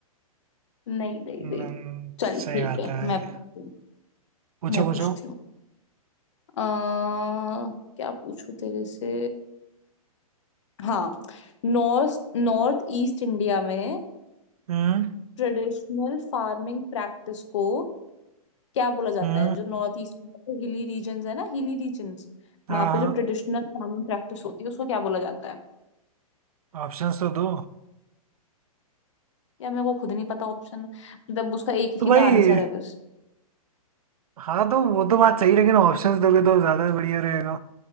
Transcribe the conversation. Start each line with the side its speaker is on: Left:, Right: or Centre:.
Left: नहीं नहीं
Right: हम्म,
Left: नहीं चल
Right: सही
Left: ठीक
Right: बात
Left: है
Right: है
Left: मैं पूछती हूँ
Right: पूछो
Left: मैं
Right: पूछो
Left: पूछती हूँ अह, क्या पूछूं तेरे से हाँ नॉर्थ नॉर्थ ईस्ट इंडिया में
Right: हम्म
Left: ट्रेडिशनल फार्मिंग प्रैक्टिस को क्या बोला जाता
Right: हम्म
Left: है जो नॉर्थ ईस्ट में हिली रीजन है ना हिली रीजन
Right: हाँ
Left: वहां पे जो ट्रेडिशनल फार्मिंग प्रैक्टिस होती है उसको क्या बोला जाता है
Right: हाँ ऑप्शंस तो दो
Left: या मेरे को खुद नहीं पता ऑप्शन मतलब उसका एक ही
Right: तो
Left: सीधा
Right: भाई
Left: आंसर है बस
Right: हाँ तो वो तो बात सही लेकिन ऑप्शंस दोगे तो ज़्यादा बढ़िया रहेगा